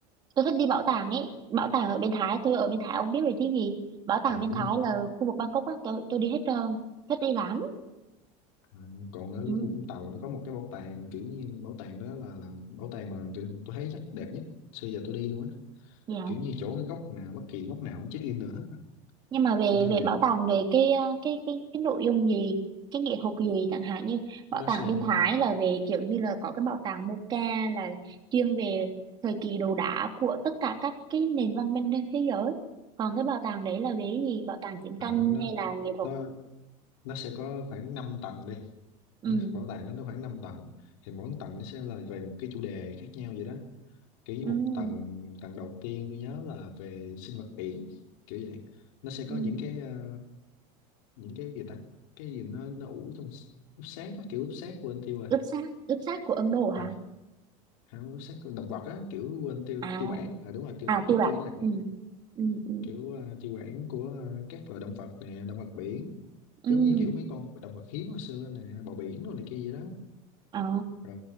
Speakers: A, on the right; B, on the left.
A: tôi thích đi bảo tàng ấy. Bảo tàng ở bên Thái, tôi ở bên Thái ông biết rồi chứ gì. Bảo tàng
B: à
A: bên
B: đúng
A: Thái
B: rồi
A: là khu vực Bangkok á, tôi tôi đi hết trơn. Thích đi lắm.
B: à, còn ở
A: Ừ,
B: Vũng Tàu nó có một cái bảo tàng kiểu như bảo tàng đó là là bảo tàng mà kiểu tôi thấy chắc đẹp nhất xưa giờ tôi đi luôn á
A: vậy hả?
B: kiểu như chỗ cái góc nào bất kỳ góc nào cũng check in được hết á.
A: nhưng mà về
B: với
A: về
B: lại
A: bảo tàng về cái ờ, cái cái cái nội dung gì cái nghệ thuật gì chẳng hạn như bảo
B: nó
A: tàng
B: sẽ
A: bên Thái là về kiểu như là có cái bảo tàng Moca là chuyên về thời kỳ đồ đá của tất cả các cái nền văn minh trên thế giới còn cái bảo tàng đấy là về cái gì bảo tàng chiến
B: à,
A: tranh
B: nó
A: hay là nghệ thuật
B: nó nó sẽ có khoảng 5 tầng đi
A: ừ
B: nó bảo tàng nó nó khoảng năm tầng thì mỗi tầng nó sẽ là về một cái chủ đề khác nhau vậy đó kiểu như
A: ừ
B: một tầng tầng đầu tiên tôi nhớ là về sinh vật biển kiểu vậy nó sẽ
A: ừ
B: có những cái ờ, những cái gì ta cái gì nó nó ủ trong s- úp sét á kiểu úp sét quên tiêu rồi
A: ướp xác ướp xác của Ấn Độ hả
B: à không úp sét của động vật á kiểu quên tiêu
A: à
B: tiêu bản à đúng rồi tiêu
A: à
B: bản
A: tiêu bản
B: kiểu như là
A: ừ ừ ừ
B: kiểu ờ, tiêu bản của ờ, các loài động vật nè động vật biển
A: ừ
B: giống như kiểu mấy con động vật hiếm hồi xưa nè bò biển rồi này kia vậy đó
A: ờ
B: rồi